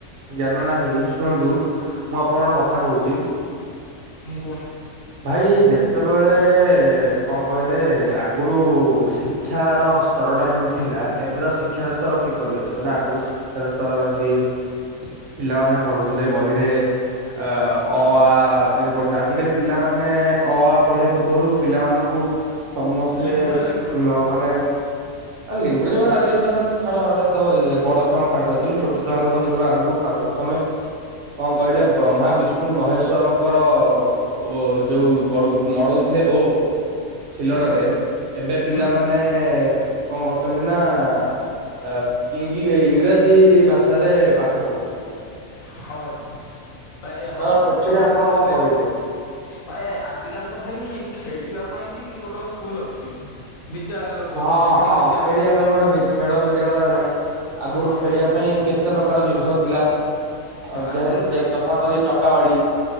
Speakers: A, on the right; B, on the left.
A: ଜ୍ଞାନ ନାହିଁ ଶୁଣନ୍ତୁ। ମୁଁ ଆପଣଙ୍କ ଗୋଟେ କଥା କହୁଛି।
B: ମୁୁଁ କହୁ
A: ଭାଇ ଯେତେବେଳେ କଣ କହିଲେ ଆଗରୁ ଶି କ୍ଷାର ସ୍ତରଟା ଏମିତି ଥିଲା ଏବେର ଶିକ୍ଷାର ସ୍ତର କିପରି ଅଛି? ମାନେ ଆଗରୁ ଶି କ୍ଷାର ସ୍ଥର ଏମତି ପିଲାମାନେ ପଢୁଥିଲେ ବହିରେ ଅ, ଅ ଆ ଯେମିତି ପଢୁଛନ୍ତି ଆ ପିଲାମାନେ ଅ ଆ ପଢିବା ପୂର୍ବରୁ ପିଲାମାନଙ୍କୁ ସମସ୍ତେ
B: ଲିମ୍ବୁଡା ଲିମ୍ବୁଡା
A: ନ-ମାନେ
B: ଭାଇ।
A: ଆରେ ଲିମ୍ବୁଡା ଲିମ୍ବୁଡା
B: ଭାଲି
A: ଆଜିକାଲି ତ ହେ ତ ଛାଡ ଏଟା ତ ଇଏ ବଡ ଛୁଆଙ୍କ ପାଠ, ଯି- ଛୋଟ ଛୁଆଙ୍କ କଥା କହୁଚି, ଯେତେବେଳେ ଆଗକୁ ଫା-ପ୍ରଥମେ କଣ କହିଲେ ବ୍ରହ୍ମା ବିଷ୍ଣୁ ମହେଶ୍ଵରଙ୍କର ଓ ଯୋଉ ବଡୁ ମଡଉଥିଲେ ଓ ସିଲଟରେ
B: ହୁଁ
A: ଏବେ ପିଲାମାନେ
B: ହୁଁ
A: କଣ କରୁଛନ୍ତି ନା ଅ, ଇଂ ଏ ଇଂରାଜୀ ଭାଷାରେ ପାଠ ପଢୁଛନ୍ତି।
B: ହଁ ଭାଇ ଭାଇ ହଁ
A: ତ ସେଥିରେ
B: ଛୁଆଙ୍କର
A: ଆପଣ କଣ
B: ଏବେ
A: କହିବେ?
B: ଭାଇ ଆଜିକାଲି ତ ଭାଇ ଖେଳିବା ପାଇଁ ବି ଗୋଟ ସ୍କୁଲ୍ ଅଛି ବିଦ୍ୟାଳୟ ଗୋଟେ
A: ହଁ
B: ଅଛି ଖେଳ
A: ହଁ
B: ବିଦ୍ୟାଳୟ
A: ଖେଳିବା
B: ଭାଇ
A: ପାଇଁ ଗୋଟେ ବିଦ୍ ଖେଳ ବିଦ୍ୟାଳୟ ହେଲାଣି। ଆଗରୁ
B: ହଁ
A: ଖେଳିବା
B: ଭାଇ।
A: ପାଇଁ କେତେ ପ୍ରକାର ଜିନିଷ ଥିଲା, ଅ,
B: ଆଗରୁ
A: ଯେ
B: ଭାଇ
A: ଯେ ଯଥା
B: ହୁଁ
A: କରି ଚ କାବାଡି